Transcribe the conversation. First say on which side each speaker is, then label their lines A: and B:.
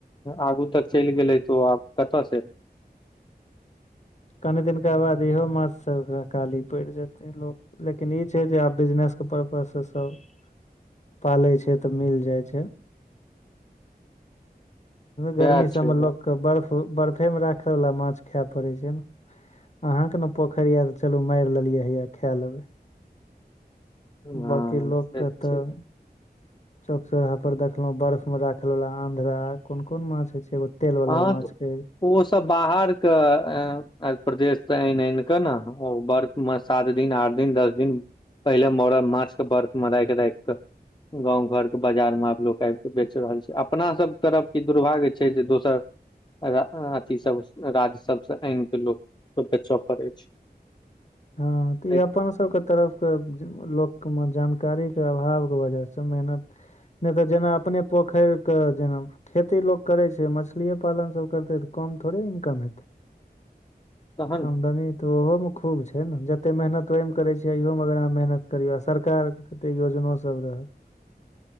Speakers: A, on the left; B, on the left.
A: आगु तक चलि गेलै तो आब कतऽ से
B: कनी दिनका बाद इहो माछ सब के अकाली पैड़ जेतै लोक लेकिन ई छै जे आब बिजनेस के परर्पस से सब
A: <inaudible>
B: पालै छै तऽ मिल जाइ छै गर्मी
A: वएह छै
B: सभमे लोक
A: बात
B: के बर्फ बर्फेमे राखय वला माछ खै पड़ै छै ने अहाँके ने पोखरि यए तऽ चलू मारि लेलियै हैये खे लेबै
A: हँ
B: बाँकी लोक
A: से
B: के तऽ
A: छै
B: चौक चौराहा पर देखलौं बर्फ मे राखल वला आन्ध्रा कोन कोन माछ होय छै एगो तेल वाला
A: हँ
B: माछ
A: तऽ
B: के
A: ओ सब बाहर के प्रदेश से आनि आनि कऽ ने ओ बर्फ सात दिन आठ दिन दस दिन पहिले मरल माछके बर्फ मे राखि राखि कऽ गाँव घर के बाजार मे आब लोक आबि कऽ बेच रहल छै अपना सब तरफ ई दुर्भाग्य छै जे दोस सर अथी सब राज्य सबसँ आनि के लोक के बेचय पड़ै छै
B: हँ तऽ
A: नै
B: ई अपन सबके तरफके लोक के जानकारी के अभाव के वजह से मेहनत
A: <inaudible>
B: नहि तऽ जैमे अपने पोखरि के जेना खेती लोक करै छै मछलिये पालन सभ करतै तऽ कम थोड़े इनकम हेतै
A: <inaudible> तहन
B: आमदनी तऽ ओहोमे खूब छै छै ने जते मेहनत ओहिमे करै छियै अहियोमे अगर अहाँ मेहनत करियौ आ सरकारके कते योजनो सब रहत
A: <inaudible>